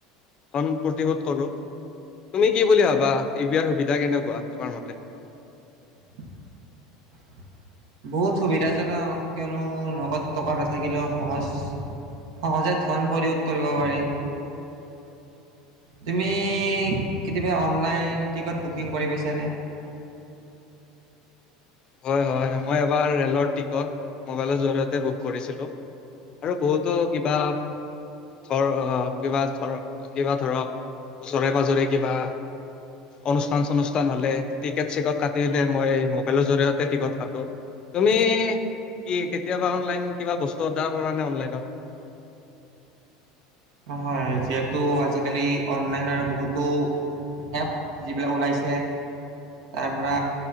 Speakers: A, on the left (about 40°); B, on the right (about 75°).
A: ধন প্ৰতিশোধ কৰো। তুমি কি বুলি ভাবা ইউ পি আইৰ সুবিধা কেনেকুৱা তোমাৰ মতে?
B: <inaudible> বহুত সুবিধাজনক কিয়নো নগদ টকা নাথাকিলেও সহজ সহজে ধন পৰিশোধ কৰিব পাৰি। তুমি কেতিয়াবা অনলাইন টিকট বুকিং কৰি পাইছানে? <inaudible>
A: হয় হয় মই এবাৰ ৰেলৰ টিকত মবাইলৰ জৰিয়তে বুক কৰিছিলো। আৰু বহুতো কিবা ধৰ আহ, কিবা ধৰ, কিবা ধৰক ওচৰে পাজৰে কিবা অনুষ্ঠান চনুষ্ঠা হলে টিকট চিকট কাটিলে মই মবাইলত জৰিয়তে কথাটো তুমি কি কেতিয়াবা অনলাইন কিবা বস্তু অৰ্ডাৰ কৰা নে অনলাইনত?
B: নহয় যিহেতু আজিকালি অনলাইন আৰু বহুতো এপ যিবিলাক ওলাইছে, তাৰ পৰা